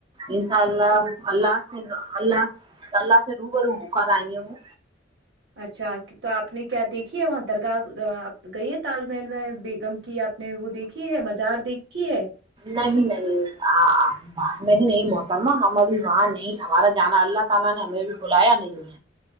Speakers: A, on the right (about 25°); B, on the right (about 65°).
A: انشاء اللہ
B: تو
A: اللہ سے اللہ اللہ سے رو برو ب کرار آئی ہیں وہ
B: اچھا تو آپ نے کیا دیکھیے وہاں درگاہ گئی ہے ت محل میں بیگم کی آپ نے وہ دیکھی ہے مزار دیکھی کی ہے
A: نہیں نہیں نہیں نہیں محترما وہاں نہیں ہمارا جانا اللہ سانا نے ہمیں بھی بلایا نہیں